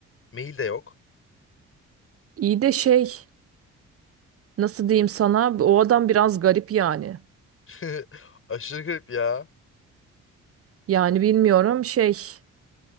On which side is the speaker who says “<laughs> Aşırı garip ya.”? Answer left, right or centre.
Left